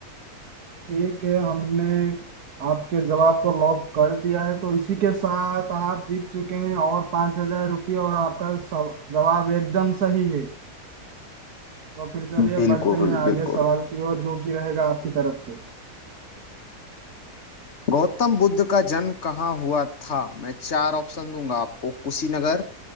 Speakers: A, on the right; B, on the left.
A: ठीक है हमने आपके जवाब को लॉक कर दिया है तो इसी के साथ आप जीत चुके हैं और पांच हजार रुपये और आपका सव- जवाब एकदम सही है तो फिर चलिए
B: बिल्कुल
A: बढ़ते हैं आगे
B: बिल्कुल
A: सवाल की ओर जो कि रहेगा आपकी तरफ से
B: गौतम बुद्ध का जन्म कहाँ हुआ था मैं चार ऑप्शन दूंगा आपको कुशीनगर